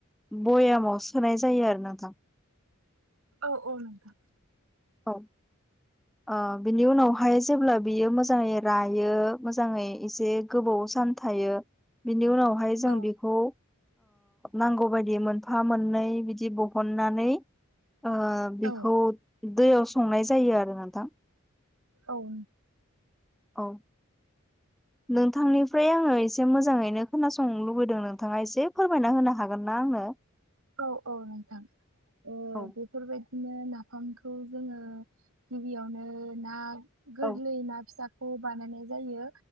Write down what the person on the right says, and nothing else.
औ औ नोंथां
औ
औ
औ
औ औ नोंथां ओ
बेफोरबायदिनो नाफामखौ जोङो गिबियावनो ना गोरलै
ना फिसाखौ बानायनाय जायो